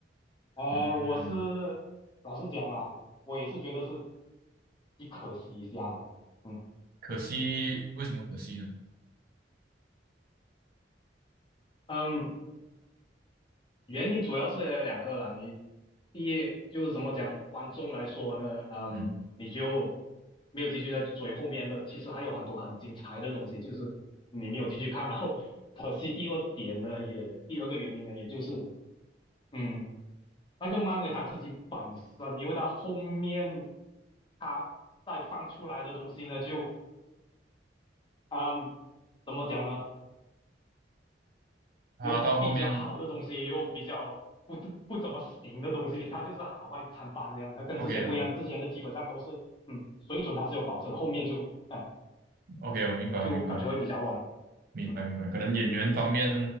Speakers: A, on the left; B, on the right.
A: 呃，
B: 嗯，
A: 我是老实讲啦，我也是觉得是挺可惜一下的。嗯
B: 可惜，为什么可惜呢？
A: 嗯，原因主要是有两个啦。你第一就是怎么讲呢？观众来说呢，嗯，
B: 嗯，
A: 你就没有继续在追后面的，其实还有很多很精彩的东西，就是你没有继续看。然后可惜第二点呢，也第二个原因呢，也就是嗯，那个漫威他自己本身，因为他后面他再放出来的东西呢，就。啊、怎么讲呢？
B: 他到后面
A: 有比较好的东西，也有比较不不怎么行的东西，它就是好坏参半那样。它跟之前不一样，
B: ，OK
A: 之前的基本上都是，嗯，水准它是有保证，后面就，嗯，
B: 我 OK，我明白，
A: 就感觉会比较乱。
B: 我明白，明白明白，
A: 嗯，
B: 可能演员方面